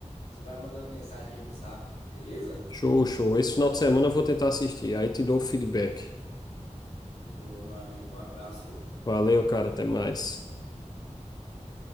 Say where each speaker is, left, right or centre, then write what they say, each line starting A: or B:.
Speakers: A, on the left; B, on the left.
A: você vai me mandando mensagem aí no Zap, beleza?
B: Show, show. Esse final de semana eu vou tentar assistir. Aí te dou o feedback.
A: Demorou, meu amigo. Um abraço aí.
B: Valeu, cara. Até mais.
A: Até.